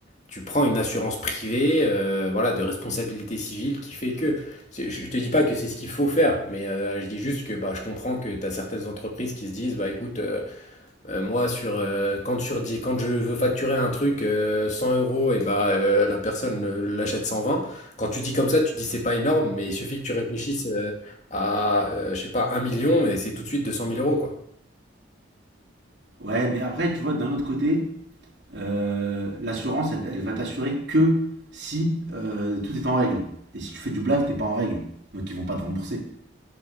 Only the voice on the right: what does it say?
Ouais, mais après, tu vois, d'un autre côté, euh, l'assurance, elle, elle va t'assurer que si euh, tout est en règle. Et si tu fais du black, t'es pas en règle. Donc ils vont pas te rembourser.